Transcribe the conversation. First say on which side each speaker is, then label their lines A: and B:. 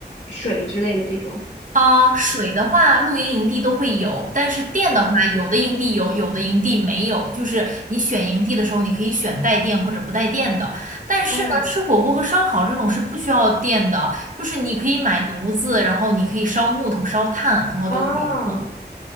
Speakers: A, on the left (about 80°); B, on the right (about 45°).
A: 水之类的这种。
B: 啊，水的话，露营营地都会有，但是电的话，有的营地有，有的营地没有。就是你选营地的时候，你可以选带电或者不带电的。但是呢，
A: 嗯，
B: 吃火锅和烧烤这种是不需要电的，就是你可以买炉子，然后你可以烧木头、烧炭，然后都可以弄。
A: 哦，